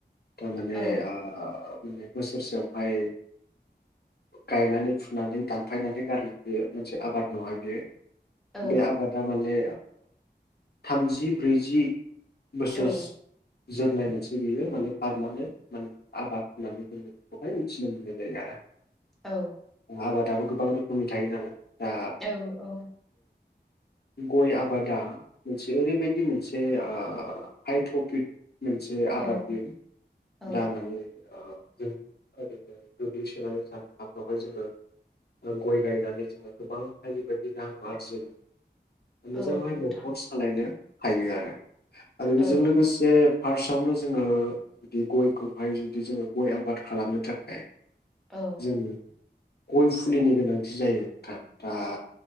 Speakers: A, on the left (about 65°); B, in the centre.
A: दा माने
B: औ
A: ओ माने बोसोरसेयावहाय गायनानै फुनानै दानफायनानै गारनाय बे मोनसे आबाद नङा बेयो
B: औ
A: बे आबादा माने थामजि ब्रैजि बोसोर।
B: औ
A: जोरनाय मोनसे बियो माने पारमानेन्ट माने आबाद होननानै जोङो बेखौहाय मिथिनो मोननाय जायो आरो
B: औ
A: आबादाबो गोबां रोखोमनि थायो नालाय दा।
B: औ औ
A: गय आबादा मोनसे ओरैबायदि मोनसे हाइ प्रफिट मोनसे
B: औ
A: आबाद बियो
B: औ
A: दा ओ जों ओरैनो गोग्लैसोनानै जानो हाफ्रावहाय जोङो। गय गायनानै जोङो गोबांहाय बेबायदि रां आरजि मोन। मोजाङै
B: औ नोंथां
A: न'खर सालायनो हायो आरो आरो
B: औ
A: बेजों लोगोसे फार्स्टआवनो जोङो बिदि गयखौहाय जुदि जोङो गय आबाद खालामनो थाखाय
B: औ
A: जों गय फुलिनि गोनांथि जायो नोंथां दा